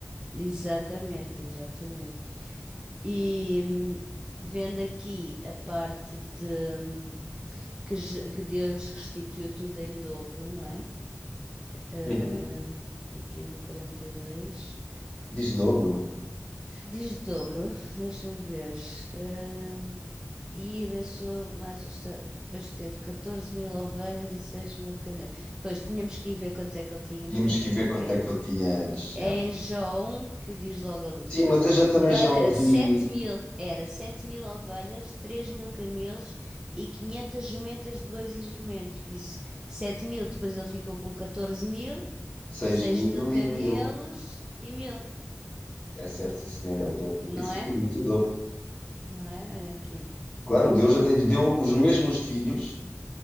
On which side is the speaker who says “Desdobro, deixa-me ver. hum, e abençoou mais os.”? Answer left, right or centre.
Right